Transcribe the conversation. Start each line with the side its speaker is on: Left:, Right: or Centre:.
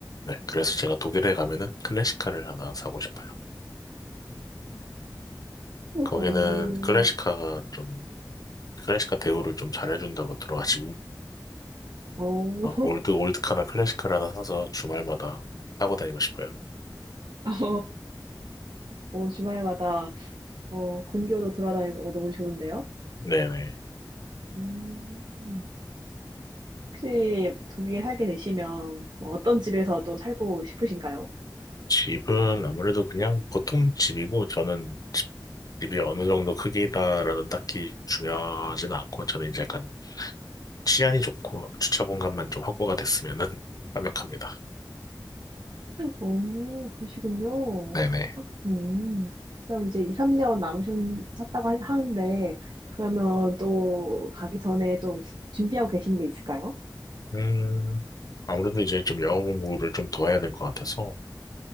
Left: 네, 그래서 제가 독일에 가면은 클래식카를 하나 사고 싶어요.
Right: 오,
Left: 거기는 클래식카가 좀 클래식카 대우를 좀 잘해준다고 들어가지고
Right: 오,
Left: 어, 올드 올드카나 클래식카를 하나 사서 주말마다 타고 다니고 싶어요.
Right: <laughs> 오, 주말마다, 어, 근교도 돌아다니고, 어, 너무 좋은데요?
Left: 네네.
Right: 음. 혹시 독일에 살게 되시면 뭐 어떤 집에서 또 살고 싶으신가요?
Left: 집은 아무래도 그냥 보통 집이고 저는 집이 어느 정도 크기다라는 딱히 중요하진 않고 저는 이제 약간 치안이 좋고 주차 공간만 좀 확보가 됐으면은 <laughs> 완벽합니다.
Right: 오, 그러시군요.
Left: 네네.
Right: 음, 그럼 이제 2, 3년 남으셨다고 하- 하는데, 그러면 또 가기 전에 또 준비하고 계신 게 있을까요?
Left: 음, 아무래도 이제 좀 영어 공부를 좀 더 해야 될 것 같아서